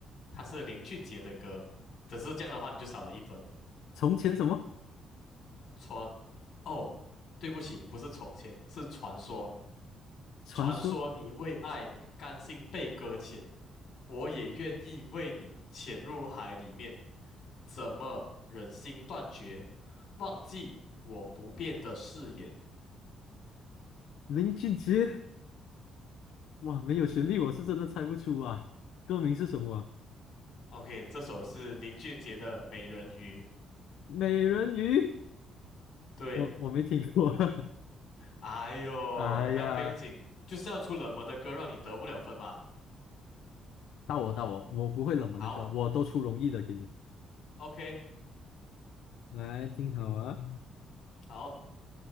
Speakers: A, on the left; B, on the left.
A: 它是林俊杰的歌。只是这样的话，你就少了一分。
B: 从前什么
A: 传，哦，对不起，不是从前，是传说。
B: 传说？
A: 传说你为爱甘心被搁浅，我也愿意为你潜入海里面。怎么忍心断绝，忘记我不变的誓言
B: 林俊杰？哇，没有旋律，我是真的猜不出啊。歌名是什么啊
A: ？OK，这首是林俊杰的《美人鱼》。
B: 美人鱼？
A: 对，
B: 我我没听过。<laughs>
A: 哎呦，
B: 哎呀。
A: 那不用紧，就是要出冷门的歌，让你得不了分嘛。
B: 到我到我，我不会冷门的歌，
A: 好
B: 我都出容易的给你。
A: ，OK，
B: 来，听好啊，
A: 好